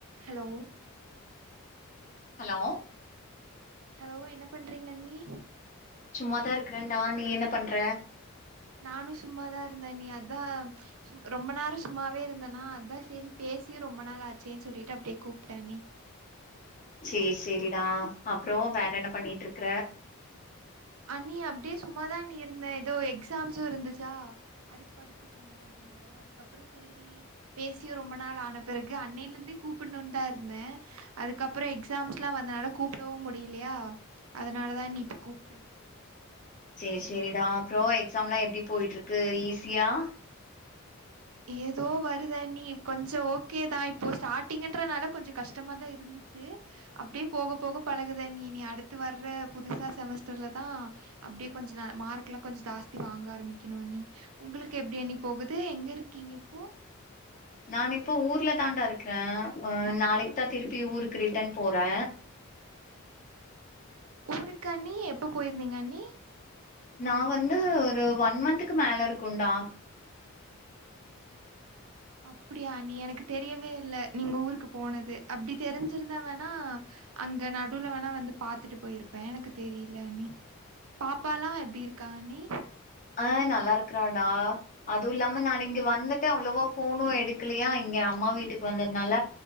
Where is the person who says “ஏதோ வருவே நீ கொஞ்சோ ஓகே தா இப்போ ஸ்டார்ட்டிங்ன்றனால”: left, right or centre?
Right